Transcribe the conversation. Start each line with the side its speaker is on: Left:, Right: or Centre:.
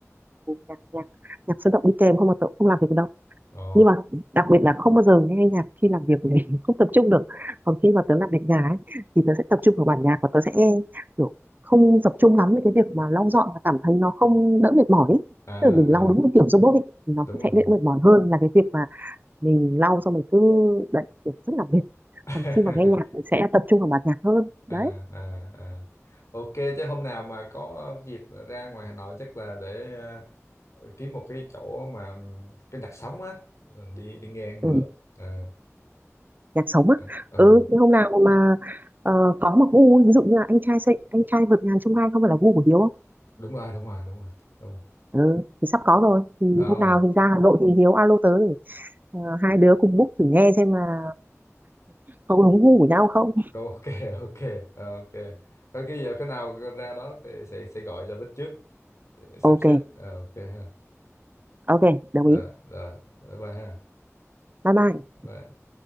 Right: nhạc nhạc nhạc sôi động đi kèm không mà tớ cũng không làm việc được đâu
Left: ồ
Right: nhưng mà đặc biệt là không bao giờ nghe nhạc khi làm việc bởi vì <laughs> không tập trung được còn khi mà tớ làm việc nhà ấy, thì tớ sẽ tập trung vào bản nhạc và tớ sẽ kiểu không tập trung lắm với cái việc mà lau dọn và cảm thấy nó không đỡ mệt mỏi ấy.
Left: à
Right: Tức là mình lau
Left: à
Right: đúng một kiểu robot ấy, thì nó
Left: đúng
Right: cũng sẽ
Left: rồi
Right: đỡ mệt mỏi hơn là cái việc mà mình lau xong mình cứ đấy kiểu rất là mệt
Left: <laughs>
Right: còn khi mà nghe nhạc thì sẽ tập trung vào bản nhạc hơn
Left: à
Right: đấy
Left: à à ok chứ hôm nào mà có dịp ra ngoài Hà Nội chắc là để ờ, Ờ, kiếm một cái chỗ mà trên đặt sóng á ờ, đi đi nghe ăn
Right: ừ,
Left: bữa à,
Right: nhạc sống á
Left: à, ờ,
Right: ừ thế hôm nào mà ờ, có một gu ví dụ như là anh trai sẽ anh trai vượt ngàn chông gai không phải là gu của Hiếu
Left: đúng rồi đúng rồi đúng rồi đúng rồi
Right: Ừ, thì sắp có rồi thì
Left: à,
Right: hôm
Left: oh,
Right: nào thì ra Hà Nội thì Hiếu alo tớ để ờ, hai đứa cùng book thử nghe xem là có đúng gu của nhau không
Left: đâu ok <laughs> ok ờ, ok Thôi cái giờ cái nào ra đó thì sẽ sẽ gọi cho Bích trước để sắp
Right: ok
Left: xếp Ờ, ok ha
Right: ok đồng
Left: rồi
Right: ý
Left: rồi bye bye ha
Right: bye bye
Left: bye